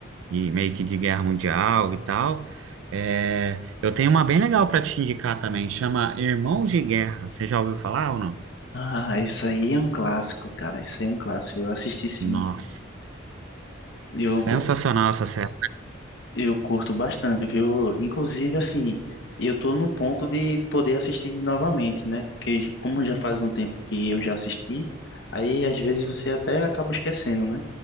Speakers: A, on the right; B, on the left.
A: e meio que de guerra mundial e tal. É, eu tenho uma bem legal para te indicar também, chama Irmãos de Guerra. Você já ouviu falar ou não?
B: Ah, isso aí é um clássico, cara. Isso aí é um clássico. Eu assisti sim.
A: Nossa,
B: Eu,
A: sensacional essa série.
B: Eu curto bastante, viu? Inclusive, assim, eu tô no ponto de poder assistir novamente, né? Porque como já faz um tempo que eu já assisti, aí às vezes você até acaba esquecendo, né?